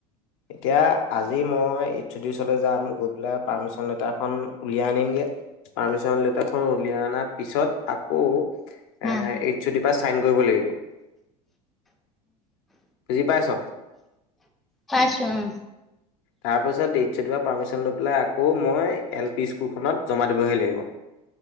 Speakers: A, on the left; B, in the centre.
A: এতিয়া, আজি মই ইনষ্টিটিউচনলৈ যাম, গৈ পেলাই পাৰ্মিচন লেটাৰখন উলিয়াই আনিমগে, পাৰ্মিচন লেটাৰখন উলিয়াই অনাৰ পিছত, আকৌ
B: ভাল
A: আ এইথ যদি পাছ কৰিব লাগিব, বুজি পাইছ'?
B: পাইছো অ
A: তাৰপাছত, এইচ অ', ডিৰ পৰা পাৰ্মিচন লৈ পেলাই আকৌ মই এল পি স্কুলখনত জমা দিবহি লাগিব।